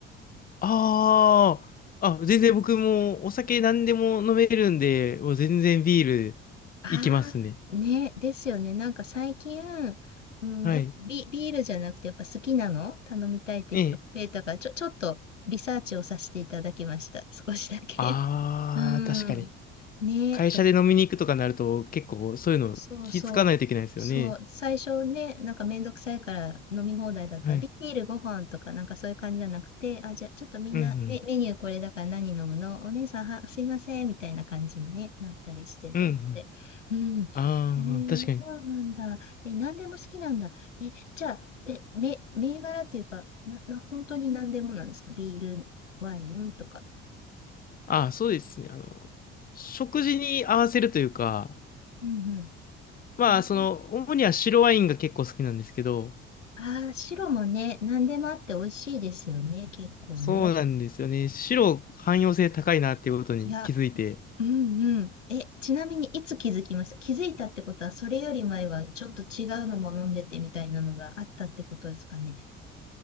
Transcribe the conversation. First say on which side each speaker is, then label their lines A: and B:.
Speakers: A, on the left; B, on the left.
A: あー。あ、全然僕もお酒何でも飲めるんで、もう全然ビールいきますね。
B: ああ、ね、ですよね。なんか最近、うん、
A: はい。
B: やっぱビ、ビールじゃなくて、やっぱ好きなの頼みたいって人増えたから、
A: ええ
B: ちょ、ちょっとリサーチをさせていただきました。少しだけ。
A: ああ、
B: <laughs> うん。
A: 確かに。
B: ね、
A: 会社で飲みに行くとかになると、
B: と思って
A: 結構そういうの気づかないといけないですよね。
B: そうそう。そう。最初ね、なんかめんどくさいから飲み放題だったら、
A: はい。
B: ビールご飯とかなんかそういう感じじゃなくて、あ、じゃあちょっとみんなメ、
A: うんうん。
B: メニューこれだから何飲むのお姉さんは、すいません、みたいな感じに、ね、なったりしてと思って。
A: うんうん。
B: うん。
A: ああ、
B: えー、
A: 確かに。
B: そうなんだ。え、何でも好きなんだ。え、じゃあ、え、め、銘柄っていうか、な、な、本当に何でもなんですかビール、ワインとか。
A: ああ、そうですね。あの、食事に合わせるというか、
B: うんうん。
A: まあ、
B: あ
A: その、主には白ワインが結構好きなんですけど、
B: あー、白もね、何でもあって美味しいですよね、結構ね。
A: そうなんですよね。白、汎用性高いなっていうことに気づいて。
B: いや、うんうん。え、ちなみにいつ気づきました気づいたってことは、それより前はちょっと違うのも飲んでてみたいなのがあったってことですかね。